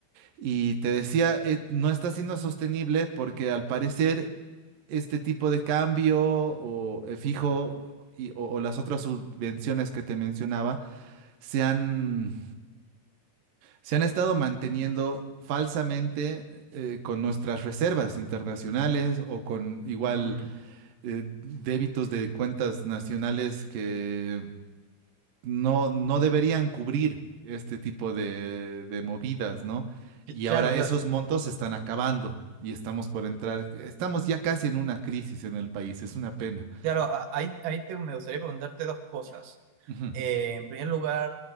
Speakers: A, on the right (about 65°); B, on the right (about 85°).
A: Y te decía, eh, no está siendo sostenible porque al parecer este tipo de cambio o eh, fijo y- o o las otras subvenciones que te mencionaba se han se han estado manteniendo falsamente eh, con nuestras reservas internacionales o con igual
B: Mm,
A: eh, débitos de cuentas nacionales que no, no deberían cubrir este tipo de, de movidas, ¿no?
B: cl-
A: Y
B: claro,
A: ahora
B: claro.
A: esos montos se están acabando y estamos por entrar, estamos ya casi en una crisis en el país, es una pena.
B: Claro, a- ahí, ahí te- me gustaría preguntarte dos cosas.
A: Ujú,
B: Eh, en primer lugar,